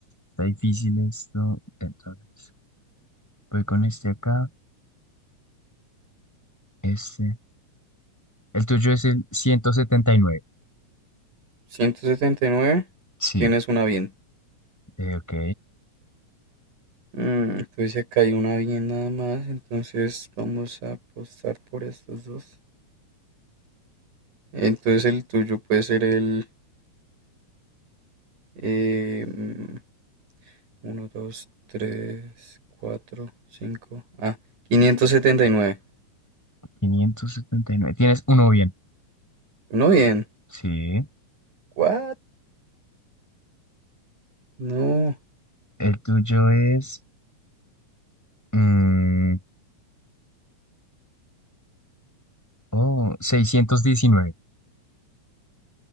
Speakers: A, in the centre; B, on the right.
A: está difícil esto. Entonces, voy con este acá. Este. El tuyo es el ciento setenta y nueve
B: 179.
A: Sí.
B: Tienes una bien.
A: Eh, ok.
B: Mm, entonces acá hay una bien nada más. Entonces vamos a apostar por estos dos. Entonces el tuyo puede ser el eh, mm, uno dos tres cuatro cinco Ah, 579.
A: quinientos setenta y nueve Tienes uno bien.
B: Uno bien.
A: Sí.
B: What? No.
A: El tuyo es... mm, oh, seiscientos diecinueve